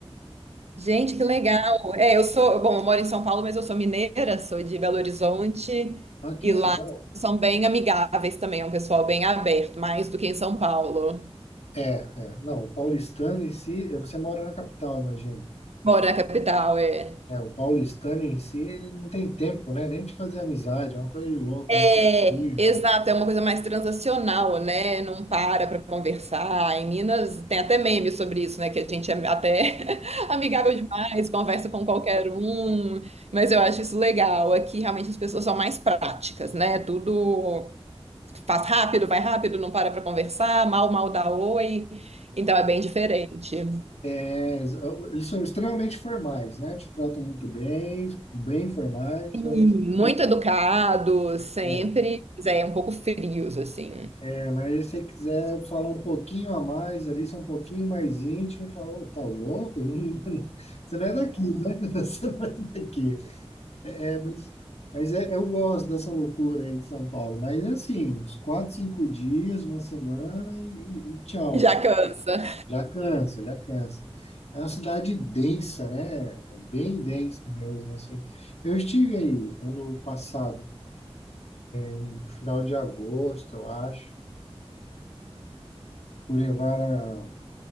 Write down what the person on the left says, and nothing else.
Ah, que
legal.
É, é. Não, o paulistano em si, eh, você mora na capital, imagino.
É, o paulistano em si, ele não tem tempo, né? Nem de fazer amizade, é uma coisa de louco,
é uma coisa horrível.
É, eles é, eles são extremamente formais, né? Te tratam muito bem, bem formais,
mas,
é,
é, mas se você quiser falar um pouquinho a mais ali, ser um pouquinho mais íntimo, ele fala, ô, tá louco? <laughs> Você não é daqui, né? <laughs> Você não é daqui. É, Mas é, eu gosto dessa loucura aí de São Paulo. Mas é assim, uns quatro, cinco dias, uma semana e, e tchau.
Já cansa, já cansa. É uma cidade densa, né? Bem densa mesmo, assim. Eu estive aí ano passado, no final de agosto, eu acho. Fui levar a...